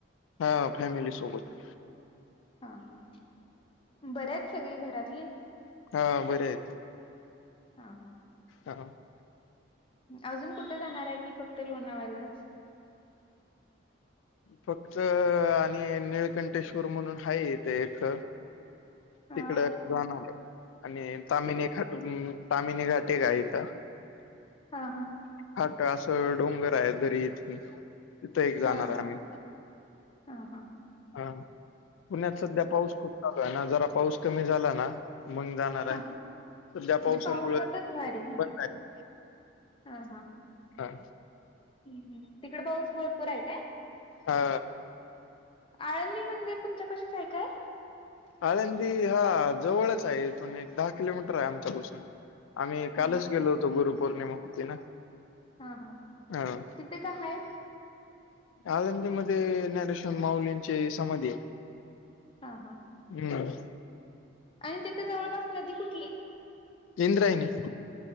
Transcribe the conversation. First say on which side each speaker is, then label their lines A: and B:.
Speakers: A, on the left (about 75°); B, on the left (about 25°).
A: हां फॅमिलीसोबत.
B: हा हा, बरे आहेत सगळी घरातली?
A: हा बरे आहेत.
B: हा हां...
A: हा <unintelligible>
B: अजून कुठे जाणार आहे की, फक्त लोणावलाच?
A: फक्त आणि निळकंठेश्वर म्हणून हाय इथे एक
B: हा.
A: तिकड जाऊन आलो आणि ताम्हिणी
B: ती
A: घाट म्हणुन ताम्हिणी घाट एक हाय इथ
B: हा हा.
A: हा तर असं डोंगर आहे दरी इतकी तिथे एक जाणार
B: हा
A: आहे आम्ही.
B: हा हा
A: हा पुण्यात सध्या पाऊस खूप चालू ना जरा पाऊस कमी झाला ना. मग जाणार
B: हा
A: आहे सध्या
B: म्हणजे
A: पावसामुळे
B: पावसातच भारी ना.
A: बंद आहे.
B: हा हा.
A: हा.
B: हम्म हम्म तिकडे पाऊस भरपूर आहे काय?
A: हा.
B: आळंदी मंदिर तुमच्यापाशीच आहे काय?
A: आळंदी हा जवळच आहे इथून एक दहा किलोमीटर आहे आमच्यापासून. आम्ही
B: हा
A: कालच गेलो होतो गुरुपौर्णिमा होती ना.
B: हा हा
A: ह
B: तिथे काय आहे?
A: आळंदी मध्ये ज्ञानेश्वर माउलींची समाधी आहे.
B: हा हा
A: हम्म
B: आणि तिथ जवळपास नदी कुठली?
A: इंद्रायणी.